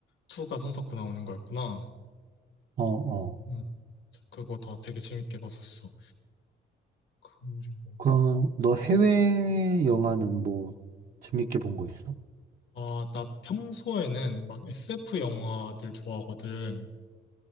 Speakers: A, on the left (about 70°); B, on the right (about 45°).
A: 투가 손석구 나오는 거였구나.
B: 어, 어.
A: 음, 맞아. 그거 다 되게 재밌게 봤었어. 그리고,
B: 그러면 너 해외 영화는 뭐 재밌게 본 거 있어?
A: 아, 나 평소에는 막 SF 영화들 좋아하거든.